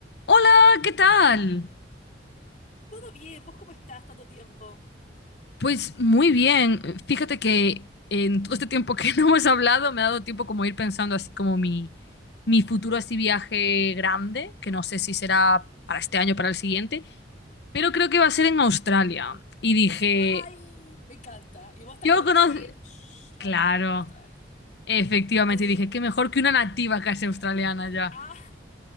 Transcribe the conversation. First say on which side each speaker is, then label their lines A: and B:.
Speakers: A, on the left; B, on the left.
A: Hola, ¿qué tal?
B: Todo bien, ¿vos cómo estás tanto tiempo?
A: Pues muy bien. Fíjate que en todo este tiempo que <laughs> no hemos hablado me ha dado tiempo como ir pensando así como mi, mi futuro así viaje grande, que no sé si será para este año o para el siguiente, pero creo que va a ser en Australia. Y dije,
B: Ay, me encanta. ¿Y vos te
A: yo
B: acordás
A: conozco...
B: que yo
A: Claro,
B: estuve en Australia?
A: efectivamente.
B: Em,
A: Y dije, qué mejor que una nativa casi australiana ya.
B: ah, <laughs>